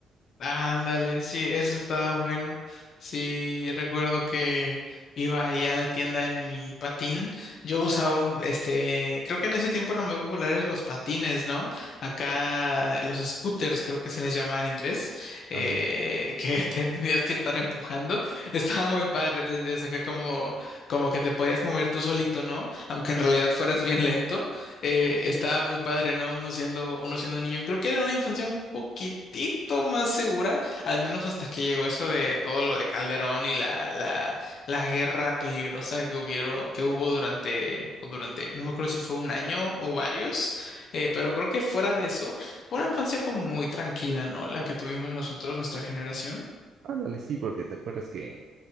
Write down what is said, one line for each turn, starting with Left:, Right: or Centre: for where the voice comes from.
Left: Ándale, sí, eso estaba bueno. Sí, recuerdo que iba ahí a la tienda en mi patín. Yo usaba un, este, creo que en ese tiempo eran muy populares los patines, ¿no? Acá los scooters, creo que se les llama en inglés, eh,
Right: Ándale,
Left: que <laughs> te tenías que estar empujando. Estaba muy padre, te sentías acá como, como que te podías mover tú solito, ¿no? Aunque en realidad fueras bien lento eh, estaba muy padre, ¿no? Uno siendo, uno siendo niño. Creo que era una infancia un poquitito más segura, al menos hasta que llegó eso de todo lo de Calderón y la, la, la guerra peligrosa que hubieron, que hubo durante, durante, no me acuerdo si fue un año o varios, eh, pero creo que fuera de eso, fue una infancia como muy tranquila, ¿no? La que tuvimos nosotros, nuestra generación.
Right: ándale, sí, porque te acuerdas que